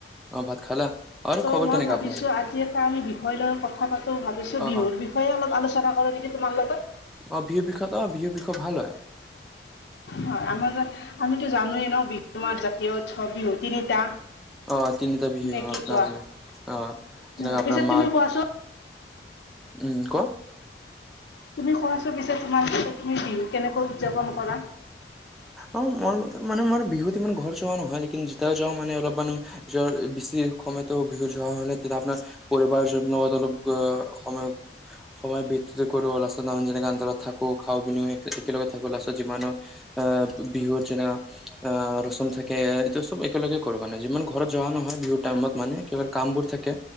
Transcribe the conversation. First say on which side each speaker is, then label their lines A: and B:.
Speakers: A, in the centre; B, on the left (about 80°).
A: অ', ভাত খালা? আৰু
B: ত',
A: খবৰ
B: মই
A: কেনেকা
B: ভাবিছো
A: আপোনাৰ
B: আজি এটা আমি বিষয় লৈ কথা পাতো, ভাবিছো
A: অ
B: বিহুৰ
A: অ
B: বিষয়ে <unintelligible> অলপ আলোচনা কৰো নেকি তোমাৰ লগত।
A: অ', বিহু বিষয় অ', বিহু বিষয়, ভাল হয়।
B: হয়, আমিতো জানো এ ন', বিহু আমাৰ জাতীয় উৎসৱ, বিহু তিনিটা।
A: অ', তিনিটা বিহু
B: নে কি
A: আপোনাৰ
B: কোৱা
A: যে, অ', যেনেকে
B: উম,
A: আপোনাৰ
B: পিছে তুমি
A: মাঘ
B: কোৱাচোন
A: উম, ক?
B: তুমি কোৱাছোন পিছে তোমাৰ মতে তুমি বিহু কেনেকৈ উদযাপন কৰা
A: অ, মোৰ ম মানে মোৰ বিহুত ইমান ঘৰ যোৱা নহয় লেকিন ত, যাওঁ মানে অলপমান যোৱাৰ বেছি সময়ত। ত বিহু যোৱা হলে তেতিয়া আপোনাৰ পৰিবাৰৰ যোৱাৰ অলপ সময় সময় বিত কৰো লাষ্টত নু যেনেকৈ অন্তৰত থাকো। খাওঁ পিন একেলগে থাকো লাষ্টত যিমানো আ বিহুৰ যেনেকে আ, ৰচম থাকে। কে এই চব একেলগে কৰো মানে। যিমান ঘৰত যোৱা নহয় বিহু টাইমত মানে কামবোৰ থাকে।